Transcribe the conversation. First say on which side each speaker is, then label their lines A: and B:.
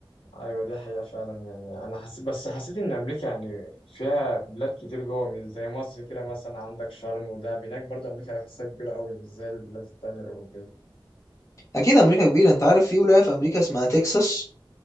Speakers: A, on the left (about 80°); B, on the left (about 35°).
A: ايوه دي حقيقة فعلا يعني انا حسيت بس حسيت ان امريكا يعني فيها بلاد كتير جوه مش زي مصر كده مثلا عندك شرم ودهب هناك برضه امريكا بحسها كبيرة قوي مش زي البلاد التانية الاوروبية
B: أكيد أمريكا كبيرة أنت عارف في ولاية في أمريكا اسمها تكساس